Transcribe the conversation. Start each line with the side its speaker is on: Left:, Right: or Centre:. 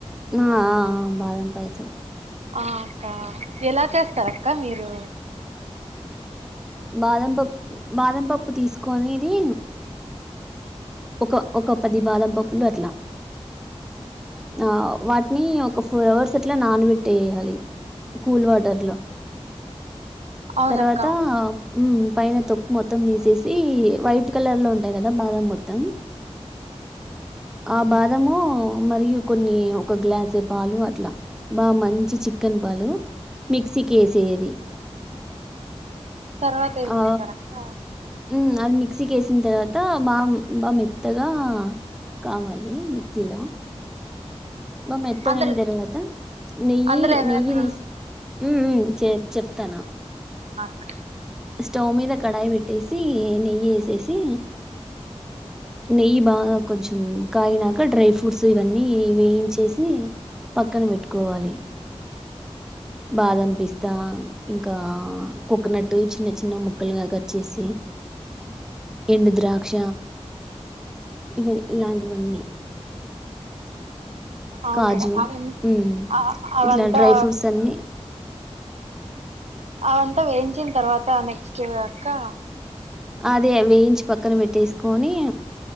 Centre: ఆ ఆ బాదం పాయసం
Right: ఆ అక్క ఎలా చేస్తారు అక్క మీరు
Centre: బాదం పప్పు బాదం పప్పు తీసుకొనిది ఒక ఒక పది బాదం పప్పులట్లా ఆ వాటిని ఒక ఫోర్ అవర్స్ అట్లా నానబెట్టేయాలి కూల్ వాటర్లో
Right: అవునక్క
Centre: తర్వాత మ్ పైన తొక్కు మొత్తం థీసేసి వైట్ కలర్లో ఉంటాయి కదా బాదం మొత్తం ఆ బాదము మరియు కొన్ని ఒక గ్లాస పాలు అట్ల బా మంచి చిక్కన్ పాలు మిక్సీకేసెది
Right: తర్వాత ఏం
Centre: ఆ
Right: చేస్తారక్క
Centre: హ్మ్ ఆమ్ మిక్సీకేసిన తర్వాత బా బా మెత్తగా కావాలి మిక్సీలో బాగ్ మెత్తగయిన
Right: అందులో
Centre: తర్వాత నెయ్యి
Right: అందులో ఏమైనా
Centre: నెయ్యి తీసు ఉమ్ ఉ చె చెప్తాను
Right: క్క
Centre: స్టవ్ మీద కడాయి పెట్టేసి నెయ్ ఎసేసి నెయ్యి బాగ కొంచెం కాగినాక డ్రై ఫ్రూట్స్ ఇవన్నీ వేయించేసి పక్కన్ పెట్టుకోవాలి బాదం పిస్తా ఇంకా కోకొనట్ చిన్న చిన్న ముక్కలుగ కట్చెసి ఎండు ద్రాక్ష ఇవి ఇలాంటివన్నీ
Right: అవున్
Centre: కాజు
Right: మేడం ఆవిన్
Centre: మ్మ్
Right: ఆ అవంతా
Centre: ఇట్లా డ్రై ఫ్రూట్స్ అన్ని
Right: అవంతా వేయించిన తర్వాత నెక్స్ట్ అక్క
Centre: అదే వేయించి పక్కన పెట్టేసుకోని